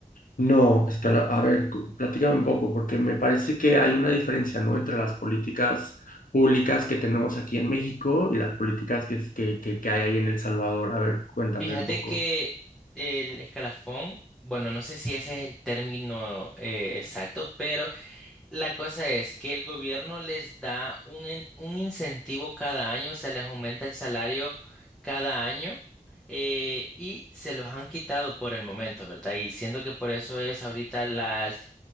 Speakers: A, on the left; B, in the centre.
A: No, espera, a ver, cu- platícame un poco, porque me parece que hay una diferencia, ¿no? Entre las políticas públicas que tenemos aquí en México y las políticas que, es- que, que, que hay ahí en El Salvador. A ver, cuéntame
B: Fíjate
A: un poco.
B: que el escalafón, bueno, no sé si ese es el término eh, exacto, pero... La cosa es que el gobierno les da un, en- un incentivo cada año, se les aumenta el salario cada año eh, y se los han quitado por el momento, ¿verdad? Y siento que por eso es ahorita las,